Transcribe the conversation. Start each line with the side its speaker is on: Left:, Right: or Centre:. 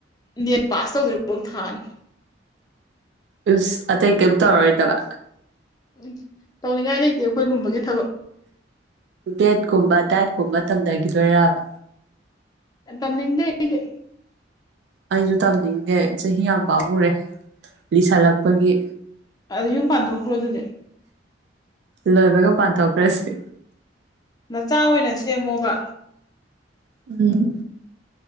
Left: ꯅꯦꯠ ꯄꯥꯁ ꯇꯧꯗ꯭ꯔꯤꯐꯥꯎ ꯊꯥꯅꯤ
Right: ꯎꯁ ꯑꯇꯩ ꯀꯩꯝ ꯇꯧꯔꯔꯣꯏꯗꯕ
Left: ꯎꯝ ꯇꯧꯅꯤꯡꯉꯥꯏ ꯂꯩꯇꯦ ꯑꯈꯣꯏꯒꯨꯝꯕꯒꯤ ꯊꯕꯛ
Right: ꯕꯦꯠꯀꯨꯝꯕ ꯗꯥꯏꯠ ꯀꯨꯝꯕ ꯇꯝꯗꯒꯤꯗꯣꯏꯔꯕ
Left: ꯑ ꯇꯝꯅꯤꯡꯗꯦ ꯑꯩꯗꯤ
Right: ꯑꯩꯖꯨ ꯇꯝꯅꯤꯡꯗꯦ ꯆꯍꯤ ꯌꯥꯝ ꯄꯥꯝꯃꯨꯔꯦ ꯂꯤꯁꯜꯂꯛꯄꯒꯤ
Left: ꯑꯗꯨ ꯌꯨꯝ ꯄꯥꯟꯊꯣꯛꯈ꯭ꯔꯣ ꯑꯗꯨꯗꯤ
Right: ꯂꯣꯏꯕꯒ ꯄꯥꯟꯊꯣꯛꯈ꯭ꯔꯁꯤ
Left: ꯅꯆꯥ ꯑꯣꯏꯅ ꯁꯦꯝꯃꯣꯕ
Right: ꯎꯝ